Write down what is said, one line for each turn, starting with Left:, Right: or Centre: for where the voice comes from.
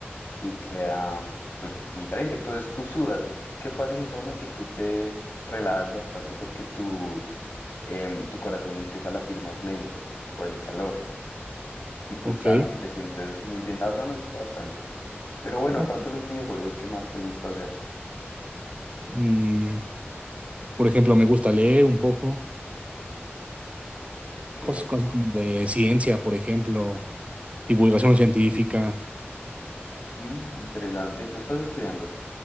Left: y queda mm, pues muy caliente. Entonces tú sudas. ¿Qué pasa en el sauna? Que tú te relajas bastante porque tus, em, tu corazón empieza a latir más lento por el calor. y tú
Right: ok.
Left: sales y te sientes muy bien. La verdad me gusta bastante. Pero bueno,
Right: O-
Left: aparte de los videojuegos, ¿qué más te gusta hacer?
Right: mm, por ejemplo, me gusta leer un poco
Left: Ok,
Right: cosas, cosas como de ciencia, por ejemplo, divulgación científica.
Left: mm, interesante. ¿Tú estás estudiando?